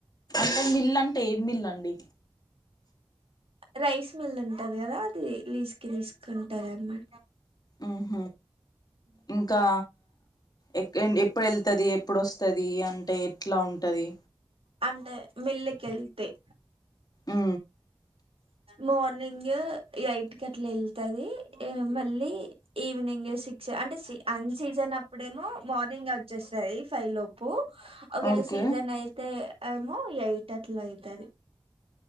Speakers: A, on the left; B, on the right.
A: అంటే మిల్ అంటే ఏం మిల్లు అండి
B: రైస్ మిల్ ఉంటది కదా అది లీస్కి తీసుకుంటారన్ని
A: అహ ఇంకా ఎ ఎప్పుడు వెళ్తది ఎప్పుడు వస్తది అంటే ఎట్లా ఉంటది
B: అంటే మీల్లుకేళ్తయి
A: ఉ
B: మార్నింగ్ ఎయిట్కి అట్లా వెళ్తది మళ్ళీ ఈవినింగే సిక్స్ అంటే అన్ సీజన్ అప్పుడేమో మార్నింగే వచ్చేస్తది ఫైవ్ లోప్ ప్పు ఒకవేళ
A: ఓకే
B: సీజన్ అయితే ఏమో ఎయిట్ అట్ల అయితది